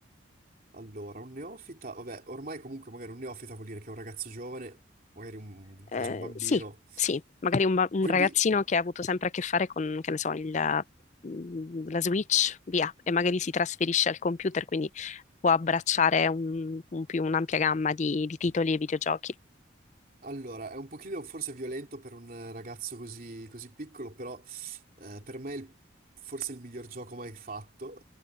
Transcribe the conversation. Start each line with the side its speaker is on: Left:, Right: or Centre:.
Right: Allora, un neofita, vabbè, ormai comunque magari un neofita vuol dire che è un ragazzo giovane, magari un-
Left: Eh,
Right: quasi un bambino.
Left: sì, sì, magari un, ba- un
Right: Quindi
Left: ragazzino che ha avuto sempre a che fare con, che ne so, il- mm, la Switch, via, e magari si trasferisce al computer, quindi può abbracciare un- un più un'ampia gamma di, di titoli e videogiochi.
Right: Allora, è un pochino forse violento per un ragazzo così, così piccolo, però eh, per me è il- forse il miglior gioco mai fatto.